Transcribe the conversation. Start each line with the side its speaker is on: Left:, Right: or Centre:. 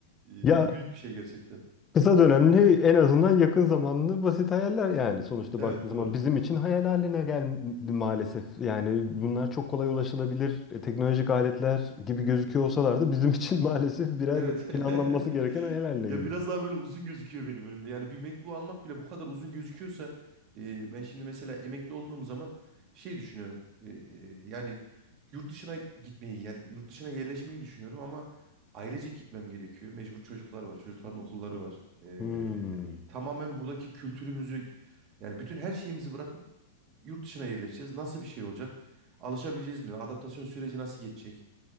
Right: e,
Left: Ya
Right: büyük bir şey gerçekten.
Left: kısa dönemli en azından yakın zamanlı basit hayaller yani. Sonuçta
Right: Evet
Left: baktığın zaman
Right: doğru.
Left: bizim için hayal haline geldi maalesef. Yani bunlar çok kolay ulaşılabilir e, teknolojik aletler gibi gözüküyor
Right: <laughs>
Left: olsalar da bizim için <laughs> maalesef birer
Right: Evet.
Left: böyle planlanması
Right: <laughs>
Left: gereken hayal haline
Right: Ya
Left: geliyor.
Right: biraz daha böyle uzun gözüküyor benim önümde. Yani bir MacBook almak bile bu kadar uzun gözüküyorsa e, ben şimdi mesela emekli olduğum zaman şey düşünüyorum. E, e, yani yurt dışına gitmeyi yani yurt dışına yerleşmeyi düşünüyorum ama ailecek gitmem gerekiyor. Mecbur çocuklar var. Çocukların okulları var. E,
Left: Hmm.
Right: tamamen buradaki kültürümüzü yani bütün her şeyimizi bırakıp yurt dışına yerleşeceğiz. Nasıl bir şey olacak? Alışabileceğiz mi? Adaptasyon süreci nasıl geçecek?